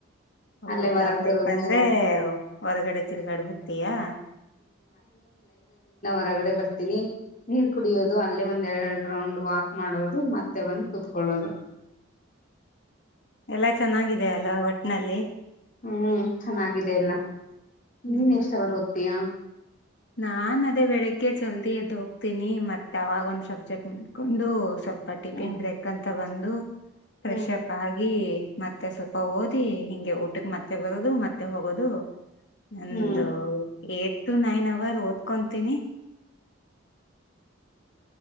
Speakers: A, on the left (about 60°); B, on the left (about 40°).
A: ಹೌದಾ
B: ಅಲ್ಲೇ ಹೊರಗ್
A: ಬೇಕಂದ್ರೆ
B: ಬರೋದು
A: ಹೊರಗಡೆ ತಿರ್ಗಾಡ್ ಬರ್ತಿಯಾ.
B: ಒಳಗಡೆ ಬರ್ತೀನಿ ನೀರ್ ಕುಡಿಯೋದು ಅಲ್ಲೇ ಒಂದ್ ಎರಡ್ ರೌಂಡ್ ವಾಕ್ ಮಾಡೋದು ಮತ್ತೆ ಬಂದು ಕೂತ್ಕೊಳ್ಳೋದು.
A: ಎಲ್ಲಾ ಚೆನ್ನಾಗಿದೆೆಯ ಅಲ್ಲಾ ವಟ್ಟ್. ವಟ್ಟ್ನಲ್ಲಿ
B: ಹ್ಮ್ ಚೆನ್ನಾಗಿದೆ ಎಲ್ಲ
A: ಹ್ಮ್
B: ನೀನ್ ಎಷ್ಟ ಅವರ್ ಓದ್ತೀಯಾ.
A: ನಾನ್ ಅದೇ ಬೆಳಿಗ್ಗೆ ಜಲ್ದಿ ಎದ್ದ ಹೋಗ್ತೀನಿ ಮತ್ತೆ ಅವಾಗ ಒಂದ್ ಸಬ್ಜೆಕ್ಟ್ ನಡ್ಕೊಂಡು ಸ್ವಲ್ಪ <unintelligible>
B: ಹ್ಮ್
A: ತಗೊಂಡು ಫ್ರೆಷಪ್
B: ಹ್ಮ್
A: ಆಗಿ ಮತ್ತೆ ಸ್ವಲ್ಪ ಓದಿ ಹಿಂಗೆ ಊಟಕ್ಕೆ ಮತ್ತೆ ಬರೋದು ಮತ್ತೆ ಹೋಗೋದು. ಒಂದು
B: ಹ್ಮ್
A: eight to nine hour hour ಓದ್ಕೊಂತೀನಿ.